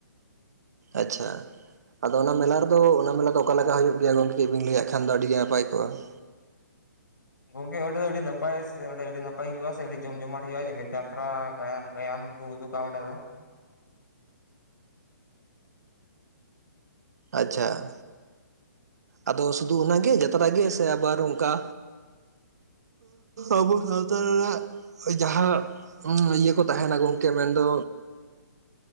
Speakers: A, on the right; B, on the left.
A: ᱟᱪᱪᱷᱟ ᱟᱫᱚ ᱚᱱᱟ ᱢᱮᱞᱟ ᱨᱮᱫᱚ ᱚᱱᱟ ᱢᱮᱞᱟ ᱫᱚ ᱚᱠᱟ ᱞᱮᱠᱟ ᱦᱩᱭᱩᱜ ᱜᱮᱭᱟ ᱜᱚᱢᱠᱮ ᱠᱟ. ᱡ ᱵᱤᱱ ᱞᱟᱹᱭᱟᱜ ᱠᱷᱟᱱ ᱫᱚ ᱟᱹᱰᱤ ᱜᱮ ᱱᱟᱯᱟᱭ ᱠᱚᱜᱼᱟ ᱾
B: ᱜᱚᱢᱠᱮ ᱚᱸᱰᱮ ᱫᱚ ᱟᱹᱰᱤ ᱱᱟᱯᱟᱭ ᱥᱮ ᱚᱸᱰᱮ ᱟᱹᱰᱤ ᱱᱟᱯᱟᱭ ᱦᱩᱭᱩᱜᱼᱟ ᱥᱮ ᱟᱹᱰᱤ ᱡᱚᱢ ᱡᱚᱢᱟᱴ ᱦᱩᱭᱩᱜᱼᱟ ᱡᱟᱛᱨᱟ ᱜᱟᱭᱟᱱ ᱜᱟᱭᱟᱱ ᱠᱚ ᱩᱫᱩᱜ ᱚᱸᱰᱮ ᱫᱚ
A: ᱟᱪᱪᱷᱟ ᱾ ᱟᱫᱚ ᱥᱩᱫᱷᱩ ᱚᱱᱟᱜᱮ ᱡᱟᱛᱨᱟ ᱜᱮ ᱥᱮ ᱟᱵᱟᱨ ᱚᱱᱠᱟ ᱟᱵᱚ ᱥᱟᱶᱛᱟ ᱨᱮᱱᱟᱜ ᱡᱟᱦᱟᱸ ᱦᱮᱸ ᱤᱭᱟᱹ ᱠᱚ ᱛᱟᱦᱮᱱᱟ ᱜᱚᱢᱠᱮ ᱢᱮᱱᱫᱚ